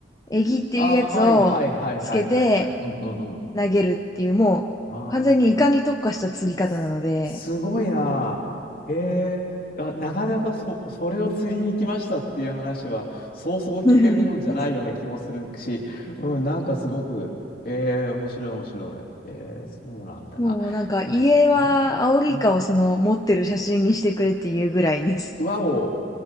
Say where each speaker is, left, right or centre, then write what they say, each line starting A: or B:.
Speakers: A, on the left; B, on the left.
A: エギっていうやつをつけて
B: あ、はいはいはいはいはいはい。うんうんうん。
A: 投げるっていう、もう完全にイカに特化した釣り方なので、
B: ああ、す、すごいな。へえ、あ、なかなかそ、それを釣りに行きましたっていう話は、そうそう聞けるもんじゃないような気もするし、
A: <laughs>
B: うん、なんかすごく、ええ、面白い面白い。ええ、そうなんだ。
A: もうなんか家はアオリイカをその持ってる写真にしてくれっていうぐらいです。
B: あ、まあね。うん。和を